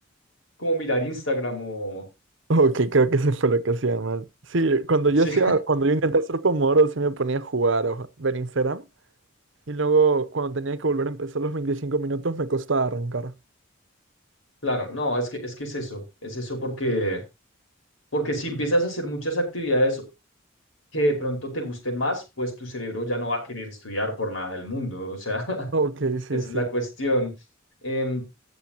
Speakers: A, on the left; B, on the right.
A: como mirar Instagram o...
B: Ok, creo que eso fue lo que hacía mal. Sí, cuando yo
A: <laughs>
B: hacía,
A: Sí,
B: cuando yo intentaba hacer Pomodoro, sí me ponía a jugar o ver Instagram. Y luego, cuando tenía que volver a empezar los 25 minutos, me costaba arrancar.
A: claro, no, es que, es que es eso, es eso porque Porque si empiezas a hacer muchas actividades que de pronto te gusten más, pues tu cerebro ya no va a querer estudiar por nada del mundo. O sea, <laughs>
B: Ok, sí,
A: esa
B: sí.
A: es la cuestión. Em,